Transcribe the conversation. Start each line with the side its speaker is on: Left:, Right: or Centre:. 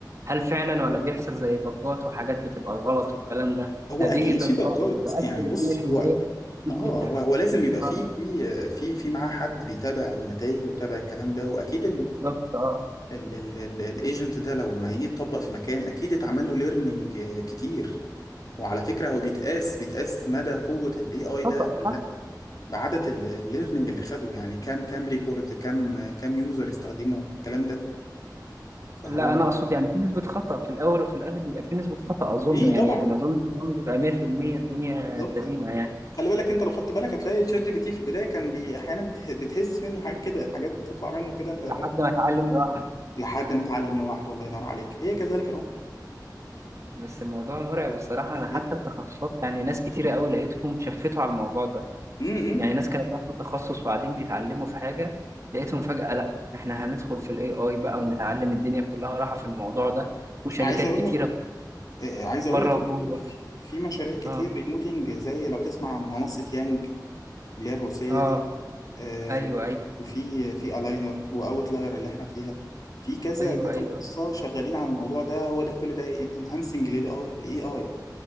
Right: هل فعلا ولا بيحصل زي بجات وحاجات بتبقى غلط والكلام ده؟
Left: هو
Right: ده
Left: اكيد
Right: بيجي يطبقها
Left: في بجات
Right: ويبقى أكيوريت
Left: يعني بص
Right: 100%
Left: هو
Right: دي
Left: اه
Right: الفكرة.
Left: هو هو لازم يبقى
Right: اه
Left: في في آه، في في معاه حد بيتابع النتائج ويتابع الكلام ده واكيد
Right: بالظبط اه
Left: الايجنت ده لو ما يجي يتطبق في مكان اكيد اتعمل له ليرنينج كتير وعلى فكره هو بيتقاس بيتقاس مدى قوه الاي اي ده
Right: خطأ
Left: ولا لا بعدد الليرنينج اللي خده يعني كام كام ريكورد كام كام يوزر استخدموا الكلام ده فهو
Right: لا انا اقصد يعني في نسبه خطا في الاول وفي الاخر بيبقى في نسبه خطا اظن
Left: في
Right: يعني
Left: طبعا
Right: ما اظن ان هو بيبقى 100% الدنيا
Left: بالظبط
Right: سليمه يعني
Left: خلي بالك انت لو خدت بالك هتلاقي شات جي بي تي في البدايه كان بي احيانا بته- بتهس منه حاجات كده حاجات بتطلع منه كده انت
Right: لحد ما اتعلم لوحدي
Left: لحد ما اتعلم لوحده الله ينور عليك هي كذلك الامر
Right: بس الموضوع مرعب الصراحه انا حتى
Left: جدا
Right: التخصصات يعني ناس كتيره قوي لقيتهم شفتوا على الموضوع ده
Left: امم إمم.
Right: يعني ناس كانت بياخدوا تخصص وبعدين بيتعلموا في حاجه لقيتهم فجاه لا احنا هندخل في الاي اي بقى ونتعلم الدنيا كلها راحه في الموضوع ده وشركات
Left: عايز اقول
Right: كتيره
Left: لك آه، عايز اقول
Right: بره
Left: لك ان
Right: وجوه
Left: في في مشاريع كتير
Right: اه
Left: ريموتنج زي لو تسمع عن منصة يانج اللي هي الروسية
Right: اه
Left: دي آه،
Right: ايوه ايوه
Left: وفي في الاينر واوتلاير اللي احنا فيها في كذا
Right: ايوه
Left: كذا
Right: ايوه,
Left: منصة شغالين على الموضوع ده هو ده كل ده انهانسنج للاي اي